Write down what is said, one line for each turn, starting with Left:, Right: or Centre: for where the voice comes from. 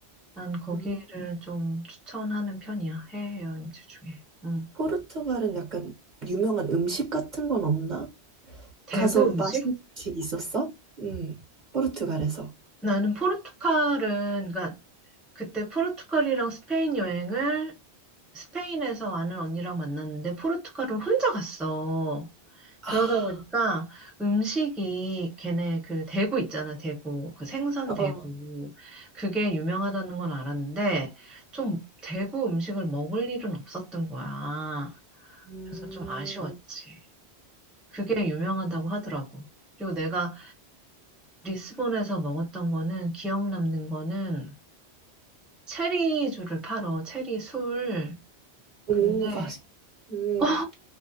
Centre: 난 거기를
Right: 음.
Centre: 좀 추천하는 편이야. 해외여행지 중에. 음.
Right: 포르투갈은 약간 유명한 음식 같은 건 없나?
Centre: 대구
Right: 가서
Centre: 음식?
Right: 맛있는 음식 있었어? 음, 포르투갈에서.
Centre: 나는 포르투갈은, 그러니까 그때 포르투갈이랑 스페인 여행을 스페인에서 아는 언니랑 만났는데 포르투갈은 혼자 갔어. 그러다
Right: 아,
Centre: 보니까 음식이 걔네 그 대구 있잖아, 대구. 그 생선
Right: 어, 어.
Centre: 대구. 그게 유명하다는 건 알았는데 좀 대구 음식을 먹을 일은 없었던 거야.
Right: 음.
Centre: 그래서 좀 아쉬웠지. 그게 유명하다고 하더라고. 그리고 내가 리스본에서 먹었던 거는 기억 남는 거는 체리주를 팔어, 체리 술. 음.
Right: 오,
Centre: 근데,
Right: 맛있, 음,
Centre: 어,